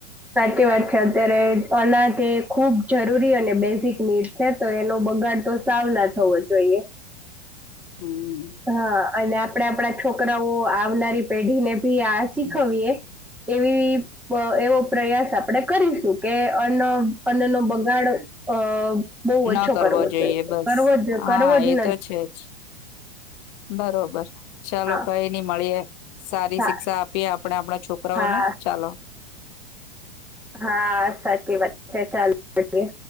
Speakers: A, in the centre; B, on the left.
A: સાચી વાત છે અત્યારે અનાજે એ ખૂબ જરૂરી અને બેઝિક નિડ છે તો એનો બગાડ તો સાવ ના થવો જોઈએ.
B: હમ
A: હા. અને આપળે આપળા છોકરાઓ આવનારી પેઢી ને ભી આ શીખવીએ એવી પ એવો પ્રયાસ આપડે કરીશું. કે અન્ન અન્નનો બગાડ અ બહુ
B: ના
A: ઓછો
B: કરવો જોઈએ બસ
A: કરવો જ
B: હા
A: કરવો જ
B: એ
A: ન
B: તો છે જ બરોબર ચાલો
A: હા
B: કઈ નઈ મળીએે સારી
A: હા
B: શિક્ષા આપીએ આપણે આપણા છોકરાઓને
A: હા
B: ચાલો
A: હા સાચી વાત છે ચાલ મળ્યે